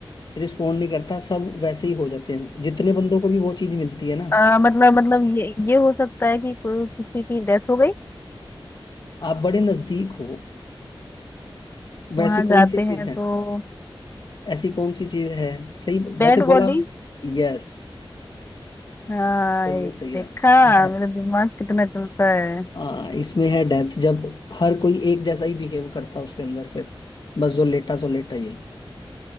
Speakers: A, on the left (about 50°); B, on the left (about 25°).
A: रिस्पोंड नहीं करता सब वैसे ही हो जाते हैं जितने बंदों को भी वो चीज मिलती है ना
B: आ, मतलब मतलब ये ये हो सकता है कि कोई किसी की डेथ हो गई
A: आप बड़े नजदीक हो वैसी
B: वहां जाते
A: कौन सी चीज
B: हैं
A: है
B: तो
A: ऐसी कौन सी चीज है सही
B: Dead
A: वैसे
B: body
A: बोला यस
B: देखा
A: सही है सही है डेथ
B: मेरा दिमाग कितना चलता है
A: हाँ इसमें है डेथ जब हर कोई एक जैसा ही बिहेव करता है उसके अंदर फिर बस जो लेटा सो लेटा ही है